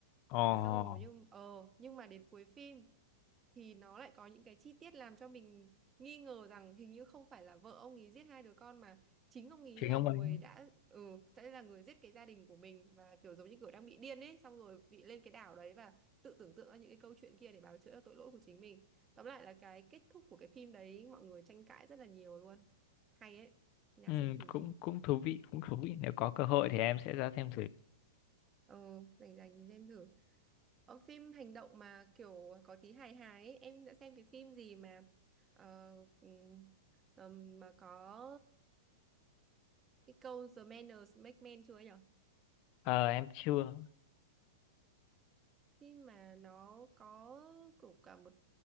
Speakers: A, on the left (about 45°); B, on the right (about 20°).
A: ồ
B: thế xong rồi nhưng ờ nhưng mà đến cuối phim thì nó lại có những cái chi tiết làm cho mình nghi ngờ rằng hình như không phải là vợ ông ấy giết hai đứa con mà chính ông ấy
A: chính
B: là
A: ông
B: người
A: ấy
B: đã ừ sẽ là người giết cái gia đình của mình và kiểu giống như kiểu đang bị điên ấy xong rồi bị lên cái đảo đấy và tự tưởng tượng ra những cái câu chuyện kia để bào chữa cho tội lỗi của chính mình tóm lại là cái kết thúc của cái phim đấy mọi người tranh cãi rất là nhiều luôn hay ấy nào
A: ừ,
B: xem thử
A: cũng
B: đi
A: cũng thú vị cũng thú vị nếu có cơ hội thì em sẽ ra xem thử
B: ờ rảnh rảnh thì xem thử Ờ, phim hành động mà kiểu có tí hài hài ấy, em đã xem cái phim gì mà ờ, ừm, ừm, mà có cái câu The manners make men chưa ấy nhở?
A: ờ em chưa
B: Phim mà nó có kiểu cả một